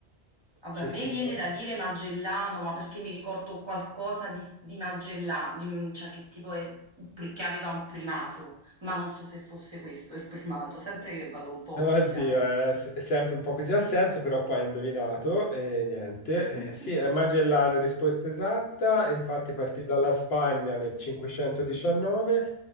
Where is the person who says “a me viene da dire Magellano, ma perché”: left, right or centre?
Right